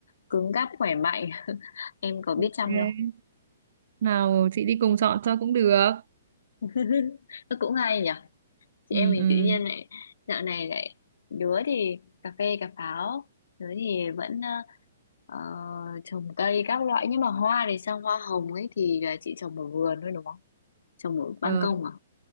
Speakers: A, on the left (about 60°); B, on the right (about 50°).
A: cứng cáp khỏe mạnh <laughs> em có biết
B: ok
A: chăm đâu
B: nào chị đi cùng chọn cho cũng được
A: <laughs> Nó cũng hay nhỉ chị
B: ừ,
A: em mình
B: ừ.
A: tự nhiên lại dạo này lại đứa thì cà phê cà pháo đứa thì vẫn à, ờ, trồng cây các loại nhưng mà hoa thì sao hoa hồng ấy thì là chị trồng ở vườn thôi đúng không trồng ở ban
B: Ờ.
A: công à